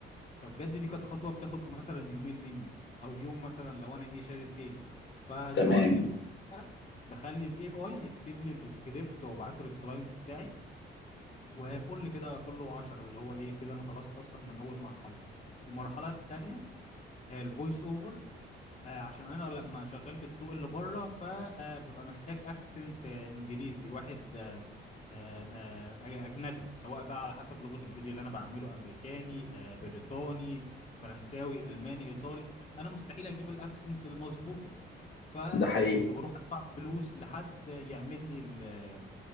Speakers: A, on the left; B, on the left.
A: فبجد دي كانت خطوه بتاخد مثلا يومين مني او يوم مثلا لو انا ايه شادد حيلي فدلوقتي
B: تمام
A: في دقيقة بخلي الاي اي يكتب لي السكريبت وابعته للكلاينت بتاعي وفل كده فل وعشرة اللي هو ايه كده انا خلصت اصلا من اول مرحله المرحله التانيه آه، الفويس اوفر آه، عشان انا لما شغال في السوق اللي بره فببقى محتاج اكسنت آه، انجليزي واحد آه، آه، آه، اجنبي سواء بقى على حسب لغه الفيديو اللي انا بعمله امريكاني آه، بريطاني فرنساوي الماني ايطالي انا مستحيل اجيب الاكسنت المظبوطه فكنت
B: ده حقيقي
A: بروح ادفع فلوس لحد يعمل لي